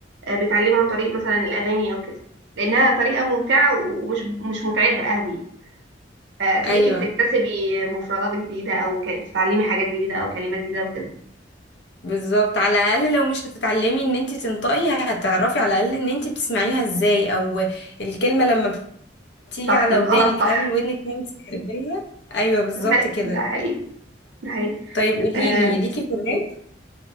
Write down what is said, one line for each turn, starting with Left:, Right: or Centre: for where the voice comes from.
Right: آه، بيتعلموا عن طريق مثلا الأغاني أو كده لأنها طريقة ممتعة ومش مش متعبة قوي فتلاقيكي
Left: ايوه
Right: بتكتسبي مفردات جديدة أو ك- بتتعلمي حاجات جديدة أو كلمات جديدة وكده
Left: بالظبط على الاقل لو مش هتتعلمي ان انتي تنطقي هتعرفي على الاقل ان انتي بتسمعيها ازاي او الكلمه لما بتيجي
Right: صح
Left: على
Right: نطقها
Left: ودانك
Right: صح
Left: هل ودنك ما بتستقبلها ايوه بالظبط
Right: ده حقيقي
Left: كده
Right: ده حقيقي ده حقيقي
Left: طيب قولي
Right: آه،
Left: لي ليكي في الراب